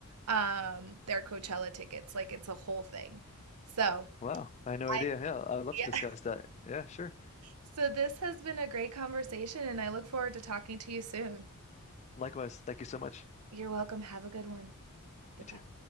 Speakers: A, on the right; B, on the left.
A: Um, their Coachella tickets, like it's a whole thing. So
B: Wow, I had no
A: I
B: idea. Yeah, I'd love
A: yeah.
B: to discuss
A: <laughs>
B: that. Yeah, sure.
A: So this has been a great conversation, and I look forward to talking to you soon.
B: Likewise, thank you so much.
A: You're welcome. Have a good one. Bye
B: You too.
A: bye.